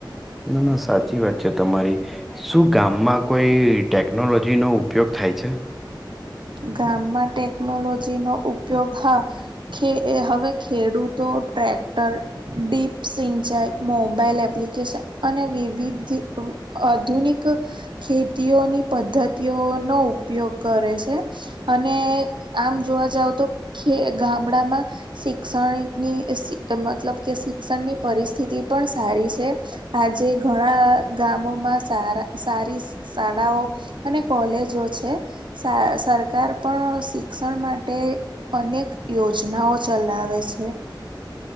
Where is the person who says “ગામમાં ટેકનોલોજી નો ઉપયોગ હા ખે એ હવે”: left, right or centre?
Right